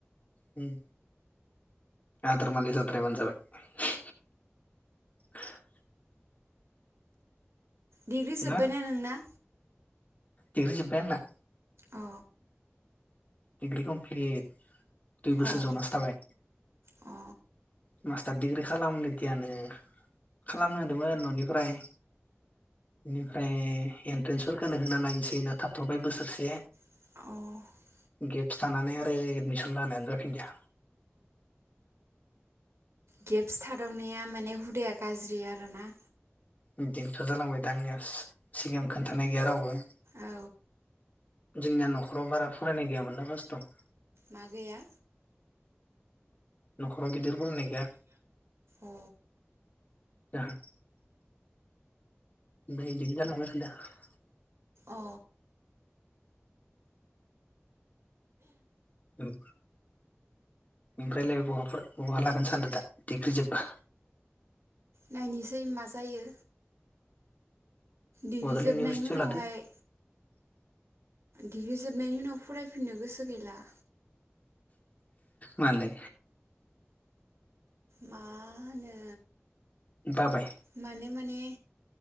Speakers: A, on the left; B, on the right.
A: उम। आदर मालि जाद्रायाबानो जाबाय। <inaudible>
B: डिग्रि जोब्बायना
A: ना
B: नोंना?
A: डिग्रि जोबबाय आंना।
B: अ
A: डिग्रि कमप्लिट। दुइ बोसोर
B: अ
A: जनासो थाबाय।
B: औ
A: <inaudible> मास्टार दिडिग्रि खालामनोदियानो खालामनो होनदोंमोन न'निफ्राय बेनिफ्राय एन्ट्रेन्सफोरखौ होना नायनोसै होनना थाथ'बाय बोसोरसे।
B: औ।
A: गेप्स थानानै आरो एडमिसन लानायानो जाफिनदिया।
B: गेप थादावनाया माने हुदाया गाज्रि आरोना।
A: इदिनोथ' जालांबाय दा आंनिया सि-सिगां खोन्थानाय गैया रावबो।
B: औ
A: जोंनिया नखराव बारा फरायनाय गैयामोनना फासथाव
B: मा गैया?
A: नख र गिदिर फरायनाय गैया
B: अ
A: ओहो दा इदिनो जालांबाय <unintelligible>
B: अ
A: उम ओमफ्रायलाय बहाफोर बहा लागोन सान्द दा डिग्रि जोब्बा?
B: नायनोसै मा जायो डिग्रि
A: बड'लेण्ड
B: जोबनायनि
A: इउनिभारसिटियाव
B: उनावहाय
A: लादों
B: डिग्रि जोबनायनि उनाव फरायफिननो गोसो गैला
A: मानो
B: मा होनो
A: बाबाय
B: माने माने